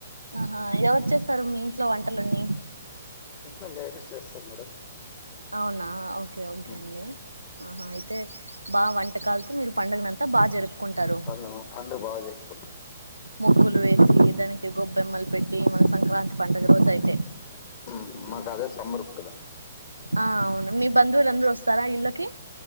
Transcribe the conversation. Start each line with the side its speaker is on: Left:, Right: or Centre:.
Right: అహా ఎవరు చేస్తారు. మీ ఇంట్లో వంట లన్నీ
Left: ఇంట్లో లేడీస్ చేస్తారు మేడం
Right: అవునా ఓకే ఓకే
Left: మ్
Right: అండి ఆహా అయితే బాగా వంటకాలతో మీరు పండుగను అంతా బాగా జరుపుకుంటారు
Left: పండ్లు పండ్లు బాగా చేసుకుంటాం
Right: ముగ్గులు వేసి దానికి గొబ్బెమ్మలు పెట్టి మన సంక్రాంతి పండుగ రోజు అయితే
Left: మ్ మాకు అదే సమ్మర్ కదా
Right: ఆ అవును మీ బంధవులు అందరు వస్తారా ఇల్ కి